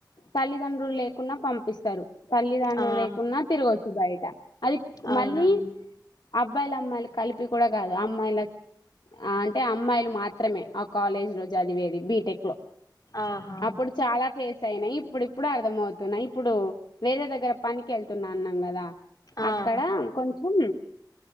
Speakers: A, on the left; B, on the left.
A: తల్లిదండ్రులేక <unintelligible> పంపిస్తారు తల్లిదండులు
B: ఆ
A: లేకున్నా తిరగొచ్చు బయట అది
B: అవునా
A: మళ్ళీ అ అబ్బాయిలు అమ్మాయిలు కలిపి కూడా కాదు, అమ్మాయిల <unintelligible> అంటే అమ్మాయిలు మాత్రమే ఆ కాలేజీలో చదివేది బీటెక్ లో.
B: ఆహా
A: అప్పుడు చాలా ఫేస్ అయినా ఈ ఇప్పుడు ఇప్పుడు అర్థ అవుతున్నాయి ఇప్పుడు వేరే దగ్గర పనికి వెళ్తున్నా అన్నాం కదా
B: ఆ
A: అక్కడ కొంచెం